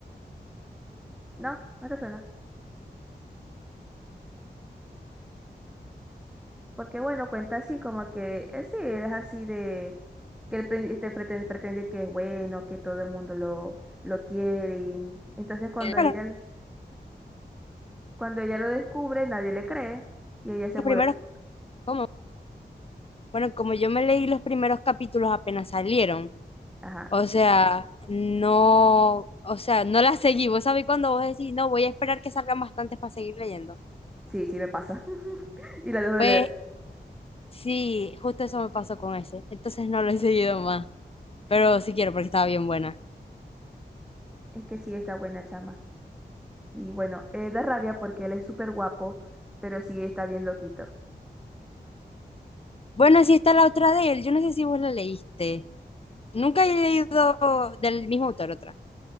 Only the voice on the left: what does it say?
Creo que
Los,
los
primeros,
como, bueno, como yo me leí los primeros capítulos apenas salieron,
o sea, no, o sea, no la seguí. Vos sabés cuando vos decís, no, voy a esperar que salgan bastantes para seguir leyendo.
Pues
sí, justo eso me pasó con ese. Entonces no lo he seguido más, pero sí quiero porque estaba bien buena.
Bueno, sí está la otra de él. Yo no sé si vos la leíste. Nunca he leído del mismo autor otra.